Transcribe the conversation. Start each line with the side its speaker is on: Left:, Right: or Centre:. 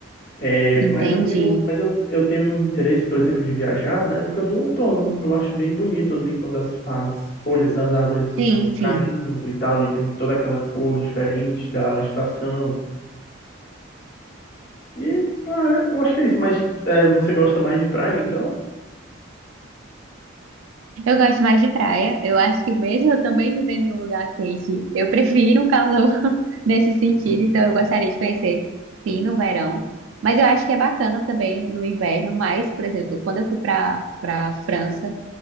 Left: É,
Right: entendi.
Left: mas eu tenho, mas eu, eu tenho um interesse, por exemplo, de viajar na época do outono. Eu acho bem bonito ali quando as, as folhas das árvores estão
Right: Sim, sim.
Left: caindo e tal, e tem toda aquela cor diferente da estação. E ah, eu acho que é isso. Mas é, você gosta mais de praia, então?
Right: Eu gosto mais de praia. Eu acho que mesmo eu também vivendo em um lugar quente, eu prefiro o calor <laughs> nesse sentido. Então eu gostaria de conhecer, sim, no verão. Mas eu acho que é bacana também no inverno. Mas, por exemplo, quando eu fui para para França,